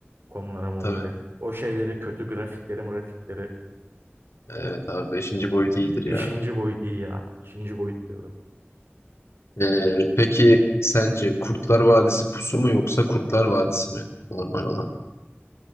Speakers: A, on the right; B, on the left.
A: konulara
B: <laughs> Tabii.
A: onları. O şeyleri kötü grafikleri grafikleri.
B: Evet abi beşinci boyut iyidir ya.
A: Beşinci boyut iyi ya. Beşinci boyut diyorum.
B: Ee, peki sence Kurtlar Vadisi pusu mu yoksa Kurtlar Vadisi mi normal olan?